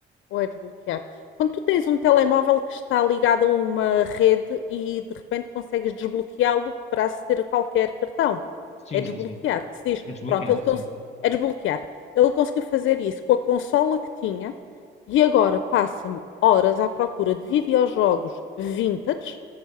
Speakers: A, on the left; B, on the left.
A: ou é desbloquear? Quando tu tens um telemóvel que está ligado a uma rede e de repente consegues desbloqueá-lo para aceder a qualquer cartão.
B: Sim,
A: É desbloquear,
B: sim, sim.
A: que se diz,
B: É desbloquear,
A: pronto, ele
B: sim.
A: cons- é desbloquear. Ele conseguiu fazer isso com a consola que tinha e agora passa-me horas à procura de videojogos vintage